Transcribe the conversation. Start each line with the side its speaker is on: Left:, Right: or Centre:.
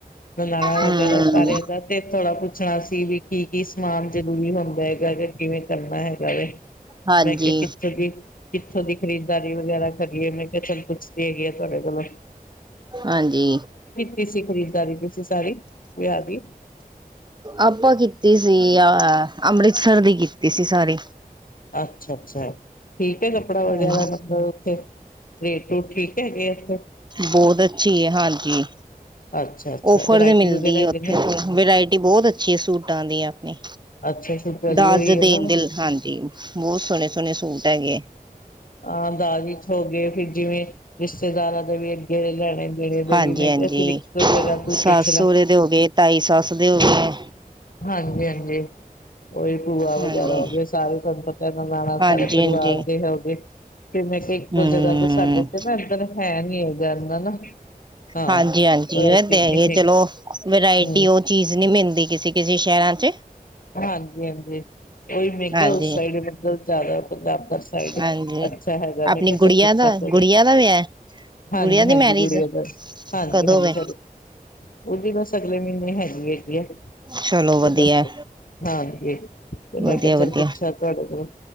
Left: ਬੁਲਾਣਾ
Right: ਹਮ
Left: ਵਗੈਰਾ ਸਾਰਿਆਂ ਦਾ। ਤੇ ਥੋੜ੍ਹਾ ਪੁੱਛਣਾ ਸੀ ਵੀ ਕੀ ਕੀ ਸਮਾਨ ਜਰੂਰੀ ਹੁੰਦਾ ਹੈਗਾ ਕਿ ਕਿਵੇਂ ਕਰਨਾ ਹੈਗਾ ਵੇ।
Right: ਹਾਂਜੀ
Left: ਮੈਂ ਕਯਾ ਕਿਥੋਂ ਦੀ ਕਿੱਥੋਂ ਦੀ ਖਰੀਦਦਾਰੀ ਵਗੈਰਾ ਕਰੀਏ ਮੈਂ ਕਯਾ ਚੱਲ ਪੁੱਛਦੀ ਹੈਗੀ ਆ ਤੁਹਾਡੇ ਕੋਲੋਂ।
Right: ਹਾਂਜੀ।
Left: ਕਿ ਸੀ ਖਰੀਦਦਾਰੀ ਤੁਸੀ ਸਾਰੀ ਵਿਆਹ ਦੀ?
Right: ਆਪਾਂ ਕੀਤੀ ਸੀ ਆ ਅੰਮ੍ਰਿਤਸਰ ਦੀ ਕੀਤੀ ਸੀ ਸਾਰੀ।
Left: ਅੱਛਾ-ਅੱਛਾ ਠੀਕ ਐ ਕੱਪੜਾ ਵਗੈਰਾ
Right: ਹਾਂਜੀ,
Left: ਮਤਲਬ ਓਥੇ? ਰੇਟ ਰੂਟ ਠੀਕ ਹੈਗੇ ਓਥੇ?
Right: ਬੋਤ ਅੱਛੀ ਏ ਹਾਂਜੀ।
Left: ਅੱਛਾ ਅੱਛਾ
Right: ਓਫਰ
Left: ਵਰਾਇਟੀ
Right: ਤੇ ਮਿਲਦੀ
Left: ਵਗੈਰਾ ਹੈਗੇ
Right: ਏ ਓਥੇ
Left: ਨੇ
Right: ਵਰਾਇਟੀ ਬੋਤ ਅੱਛੀ ਏ ਸੂਟਾਂ ਦੀ ਅਪਨੀ।
Left: ਅੱਛਾ ਸੁਤਰੀ
Right: ਦਾਜ
Left: ਹੋਈ ਹੈ
Right: ਦੇਨ
Left: ਨਾ
Right: ਦੇ, ਹਾਂਜੀ ਬੋਤ ਸੋਣੇ ਸੋਣੇ ਸੂਟ ਹੈਗੇ।
Left: ਹਾਂ ਦਾਜ਼ ਵਿੱਚ ਹੋ ਫਿਰ ਜਿਵੇਂ ਰਿਸ਼ਤੇਦਾਰਾਂ ਦੇ ਵੀ ਅੱਗੇ ਲੈਣੇ। ਦੇਣੇ ਦੇ
Right: ਹਾਂਜੀ
Left: ਵੀ ਮੈਂ
Right: ਹਾਂਜੀ
Left: ਕਯਾ ਫਿਰ ਇੱਕੋ ਜਗ੍ਹਾ ਤੂ
Right: ਸੱਸ
Left: ਪੁੱਛ ਲਾਂ।
Right: ਸਹੁਰੇ ਦੇ ਹੋ ਗਏ ਤਾਈ ਸੱਸ ਦੇ ਹੋ ਗਏ
Left: ਹਾਂਜੀ-ਹਾਂਜੀ, ਓਈ ਭੂਆ ਵਗੈਰਾ
Right: ਹਾਂਜੀ
Left: ਹੋਗੇ ਸਾਰੇ। ਤੁਆਨੁ ਪਤਾ ਨਣਾਣਾ
Right: ਹਾਂਜੀ
Left: ਸਾਰੇ ਪਰਵਾਰ
Right: ਹਾਂਜੀ
Left: ਦੇ ਹੋਗੇ। ਫੇਰ ਮੈਂ ਕਯਾ ਇੱਕੋ
Right: ਹਮ
Left: ਜਗ੍ਹਾ ਤੇ ਸਾਡੇ ਤੇ ਨਾ ਏਧਰ ਹੈ ਨੀ ਹੈਗਾ ਏਨਾਂ ਨਾ। ਹਾਂ
Right: ਹਾਂਜੀ-ਹਾਂਜੀ
Left: ਇੱਥੇ
Right: ਐ ਤੇ
Left: ਨੀ
Right: ਹੈਗੇ ਚਲੋ ਵਰਾਇਟੀ
Left: ਹਮ
Right: ਓ ਚੀਜ਼ ਨੀ ਮਿਲਦੀ ਕਿਸੀ ਕਿਸੀ ਸ਼ਹਿਰਾਂ 'ਚ।
Left: ਹਾਂਜੀ ਹਾਂਜੀ ਓਈ ਮੈਂ ਕਯਾ
Right: ਹਾਂਜੀ
Left: ਉਸ ਸਾਈਡ ਮਤਲਬ ਜਾਦਾ ਪੰਜਾਬ <unintelligible> ਸਾਈਡ
Right: ਹਾਂਜੀ
Left: ਅੱਛਾ ਹੈਗਾ
Right: ਆਪਣੀ
Left: ਮੈਂ ਕਯਾ
Right: ਗੁੜੀਆਂ
Left: ਚੱਲ <unintelligible>
Right: ਦਾ ਗੁੜੀਆਂ ਦਾ ਵਿਆਹ
Left: ਹਾਂਜੀ-ਹਾਂਜੀ
Right: ਗੁੜੀਆਂ ਦੀ ਮੈਰਿਜ
Left: <unintelligible> ਹਾਂਜੀ-ਹਾਂਜੀ
Right: ਕਦੋਂ ਵੇ
Left: ਸਾਡੇ ਉਦੀ ਬਸ ਅਗਲੇ ਮਹੀਨੇ ਹੈਗੀ ਹੈਗੀ ਏ ਤੇ
Right: ਚਲੋ ਵਧੀਆ
Left: ਬਸ ਹਾਂਜੀ ਤੇ ਮੈਂ
Right: ਵਧੀਆ
Left: ਕਯਾ ਚੱਲ
Right: ਵਧੀਆ
Left: ਪੁੱਛਾ ਤੁਹਾਡੇ ਕੋਲੋਂ